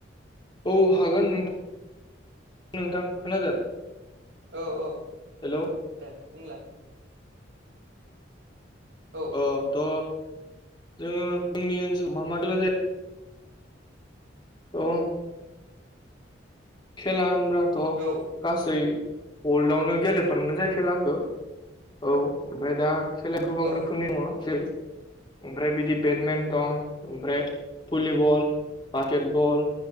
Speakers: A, on the left; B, on the right.
A: औ हागोन नों नोंथां खोनादों
B: औ औ
A: हेलौ?
B: दे बुंलाय। औ।
A: अ त जोङो जोंनि ओनसोलाव मा खेला जायो त खेला होनबाथ'
B: औ
A: गासै वर्लडआवनो गेलेफ्रामनाय जायो खेलाखौ। औ ओमफ्राय दा खेला गोबां
B: औ
A: रोखोमनि दङ, जेरै ओमफ्राय बिदि बेटमिन्टन ओमफ्राय भलिबल, बास्केटबल